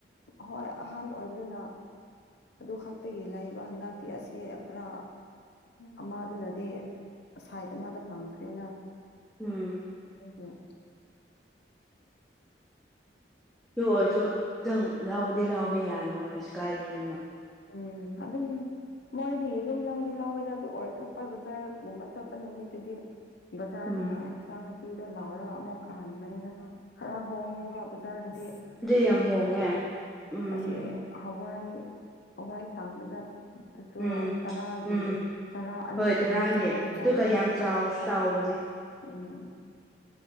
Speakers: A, on the left; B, in the centre.
A: ꯍꯣꯏ ꯑꯍꯥꯟꯕ ꯑꯣꯏꯕꯗꯨꯅ ꯑꯗꯨ ꯈꯛꯇꯒꯤ ꯂꯏꯕ ꯍꯟꯗꯛꯇꯤ ꯑꯁꯤ ꯈꯔ ꯑꯃꯗꯨꯅꯗꯤ ꯁꯥꯏꯗ ꯃꯥꯗ ꯐꯪꯈ꯭ꯔꯦꯅ
B: ꯎꯝ
A: ꯎ ꯍꯝ
B: ꯁ ꯑꯣꯏꯔꯁꯨ ꯈꯤꯇꯪ ꯂꯥꯎꯕꯗꯤ ꯂꯍꯥꯎꯕ ꯌꯥꯅꯤꯅꯈꯣꯏꯁꯨ ꯀꯥꯏꯗꯅꯤꯅ
A: ꯎꯝ ꯑꯗꯨ ꯑꯗꯨ ꯃꯣꯏꯗꯤ ꯑꯗꯨꯝ ꯂꯥꯎꯗꯤ ꯂꯥꯎꯋꯦꯗ ꯑꯗꯨ ꯑꯣꯏꯔꯁꯨ ꯑꯩꯈꯣꯏ ꯕꯖꯥꯔꯒꯨꯝꯕ ꯆꯠꯄ ꯅꯨꯃꯤꯠꯇꯨꯗꯤ ꯕꯖꯥꯔꯗꯨꯅ
B: ꯎꯝ
A: ꯏꯟꯁꯥꯡ ꯅꯥꯄꯤꯗꯣ ꯂꯥꯎꯔꯒ ꯑꯃꯨꯛ ꯀꯥꯍꯟꯕꯅꯤꯅ ꯈꯔ ꯍꯣꯡꯉꯦꯕ ꯕꯖꯥꯔꯗꯗꯤ
B: ꯝ ꯍꯣꯡꯉꯦ ꯎꯝ
A: ꯑꯁꯤ ꯍꯋꯥꯏ ꯍꯋꯥꯏ ꯁꯥꯡꯕꯗ ꯑꯗꯨꯁꯨ
B: ꯎꯝ
A: ꯇꯔꯥꯒꯤ
B: ꯎꯝ
A: ꯆꯔꯥ ꯑꯅꯤꯒꯨꯝꯕ
B: ꯍꯣꯏ ꯇꯔꯥꯒꯤ
A: ꯆꯥꯕ ꯌꯥꯏꯕ
B: ꯑꯗꯨꯒ ꯌꯥꯝ ꯆꯥꯎꯁꯨ ꯇꯥꯎꯕꯅꯦ
A: ꯎꯝ